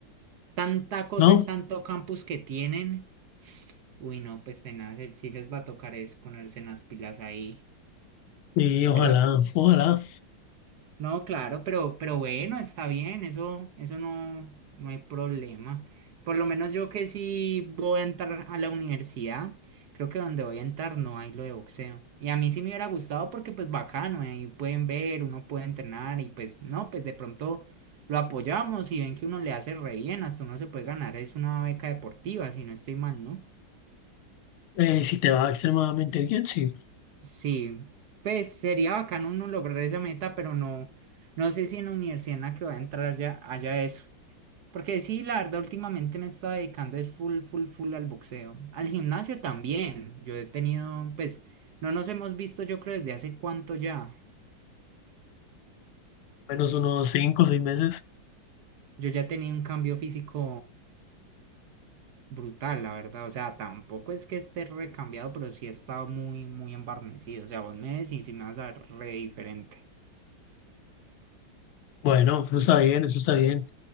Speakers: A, on the right; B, on the left.
A: Tanta cosa
B: ¿no?
A: y tanto campus que tienen. Uy, no, pues tenaz, eh, sí les va a tocar es ponerse en las pilas ahí.
B: Y ojalá,
A: Pero
B: ojalá,
A: No, claro, pero, pero bueno, está bien, eso, eso no, no hay problema. Por lo menos yo que sí voy a entrar a la universidad, creo que donde voy a entrar no hay lo de boxeo. Y a mí sí me hubiera gustado porque pues bacano, ahí pueden ver, uno puede entrenar y pues no, pues de pronto lo apoyamos y ven que uno le hace re bien, hasta uno se puede ganar, es una beca deportiva, si no estoy mal, ¿no?
B: eh, si te va extremadamente bien, sí,
A: Sí, pues sería bacano uno lograr esa meta, pero no, no sé si en la universidad en la que va a entrar ya haya eso. Porque sí, la verdad, últimamente me estaba dedicando es full, full, full al boxeo. Al gimnasio también. Yo he tenido, pues, no nos hemos visto yo creo desde hace cuánto ya.
B: menos unos cinco o seis meses.
A: Yo ya he tenido un cambio físico brutal, la verdad. O sea, tampoco es que esté recambiado, pero sí he estado muy, muy embarnecido. O sea, vos me decís y me vas a ver re diferente.
B: Bueno, eso está bien, eso está bien.